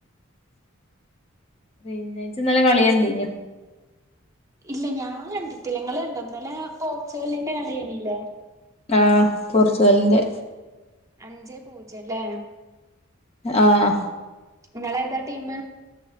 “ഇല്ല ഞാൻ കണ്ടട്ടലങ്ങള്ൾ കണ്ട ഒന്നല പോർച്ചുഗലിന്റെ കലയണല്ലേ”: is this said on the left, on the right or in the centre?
Right